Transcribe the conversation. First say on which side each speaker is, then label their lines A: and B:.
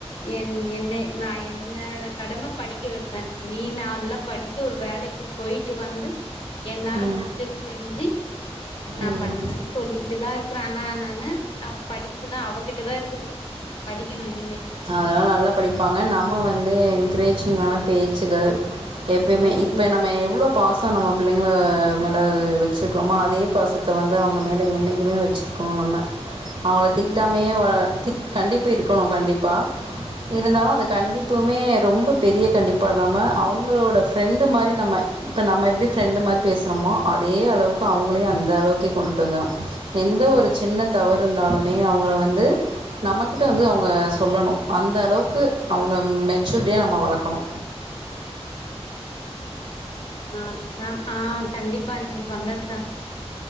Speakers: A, on the left; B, on the right.
A: என் என்னை நா என்னோட கடமை படிக்க வைப்பே நீ நல்லா படி சு ஒரு வேலைக்கு போய்ட்டு வந்து என்னால
B: ம்
A: முடிஞ்சது செஞ்சு நா
B: ம்
A: பண்ணுவே சொல்லிகிட்டு தா இருக்கற ஆனா நானு அவ படிப்புதா அவகிட்ட தா இருக்குது படிக்கணு இனிமேட்டு
B: அதெல்லா நல்லா படிப்பாங்க நம்ம வந்து என்கரேஜிங்கான பேச்சுகள் எப்பயுமே
A: ம்
B: இப்ப நம்ம எவ்ளோ பாச நம்ம பிள்ளைங்கள மேலே வச்சுருக்கறோமோ அதே பாசத்த வந்து அவங்க மேலே என்னைக்குமே வச்சிரு கோ நம்ம அவங்கள
A: ம்
B: திட்டாமையே வ திட் கண்டிப்பு இருக்கணு கண்டிப்பா இருந்தாலு அந்த கண்டிப்புமே ரொம்ப பெரிய கண்டிப்பா இல்லாம அவங்களோட ஃப்ரெண்டு மாரி நம்ம இப்ப நம்ம எப்டி ஃப்ரெண்டு் மாரி பேசறமோ அதே அளவுக்கு அவங்களையு அந்த அளவுக்கே கொண்டுட்டு வந்துருணு எந்த ஒரு சின்ன தவறு இருந்தாலுமே அவங்கள வந்து நம்மகிட்ட வந்து அவங்க சொல்லணு அந்த அளவுக்கு அவங்க மெச்சூரிட்டியா நம்ம வளக்கணு
A: அ தா ஆ கண்டிப்பா நீங்க சொன்னதுதா